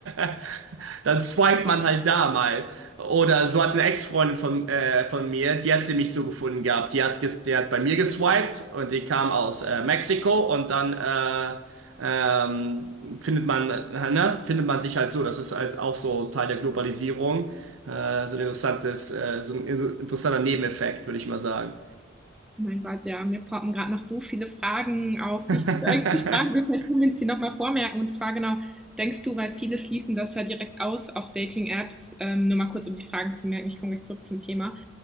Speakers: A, on the right (about 75°); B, in the centre.
A: <laughs> Dann swiped man halt da mal. Oder so hat eine Ex-Freundin von, äh, von mir, die hatte mich so gefunden gehabt. Die hat, ges- die hat bei mir geswiped und die kam aus äh, Mexiko und dann äh, ähm, findet man, äh, ne, findet man sich halt so. Das ist halt auch so Teil der Globalisierung. Äh, so ein interessantes, äh, so ein in- interessanter Nebeneffekt, würde ich mal sagen.
B: Mein Gott, ja, mir poppen gerade noch so viele Fragen auf, die
A: <laughs>
B: ich eigentlich fragen will. Vielleicht können wir uns die nochmal vormerken. Und zwar genau, denkst du, weil viele schließen das ja direkt aus auf Dating-Apps, ähm, nur mal kurz, um die Fragen zu merken, ich komme gleich zurück zum Thema.